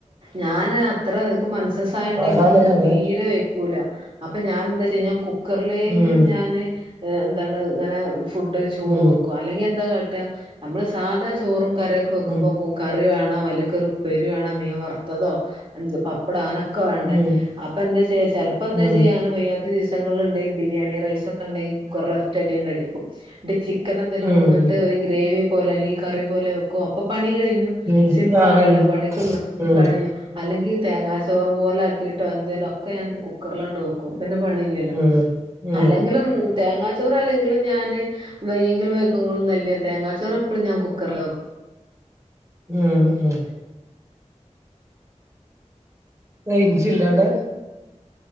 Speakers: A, on the right; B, on the right.
A: ഞാൻ അത്ര എനക്ക് മനസസായ ഉണ്ടെങ്കി
B: അതാണ് അവരെ
A: തീരെ വയ്ക്കൂല അപ്പൊ ഞാൻ എന്താച്ചയ്ഞ്ഞാ കുക്കറിലേകി
B: ഉം
A: ലും ഞാൻ എന്താണ് ഇങ്ങനെ ഫുഡ് ചോറ്
B: ഉം
A: വെക്കും അല്ലെങ്കിൽ എന്താ കാട്ട് നമ്മള് സാധാ ചോറും കറിക്കെ വെക്കുമ്പോ
B: ഉം
A: കറി വേണോ അയ്ല് കൊരു ഉപ്പേരിവേണോ മീൻ വറുത്തതോ പപ്പടോ അങ്ങ ക്ക വേണ്ടേ
B: ഉം
A: അപ്പൊ എന്താ ചെയ്യാ ചിലപ്പോ എന്താ
B: ഉം
A: ചെയ്യൻ വയ്യാ ചില ദിവസങ്ങളിൽണ്ടെങ്കിൽ ബിരിയാണി റൈസ് ഒക്കെ ഉണ്ടെങ്കിൽ കുക്കറിൽ ഒരറ്റടിണ്ട അടിക്കും ചിക്ക ചിക്കൻ എന്തെിലും
B: ഉം
A: കൊടുന്നിട്ട്
B: ഉം
A: ഒരു ഗ്രേവി പോലെ അല്ലെങ്കിൽ കറി പോലെ വെക്കും അപ്പോൾ പണികയ്ഞ്ഞ്
B: ഉം
A: സിമ്പിൾ
B: ആ
A: ആണല്ലോ
B: കഴിഞ്ഞു
A: പണിക്കും
B: ഉം
A: കഴിഞ്ഞു അല്ലെങ്കിൽ തേങ്ങാച്ചോറ് പോല ആക്കിയിട്ടോ എന്തേങ്കലും ഒക്കെ ഞാൻ കുക്കറിലാണ്ട് വെക്കും. പിന്നെ പണി ഇല്ലല്ലോ
B: ഉം ഉം
A: അല്ലെങ്കിലും തേങ്ങാച്ചോറ അല്ലെങ്കിലും ഞാന് വയ്യെങ്കിലും വൈക്കുമ്പൊന്നല്ലേ തേങ്ങാച്ചോറ് എപ്പഴും ഞാൻ കുക്കറിൽ വക്കും.
B: ഉം ഉം റൈഞ്ച് ഇല്ലാടെ?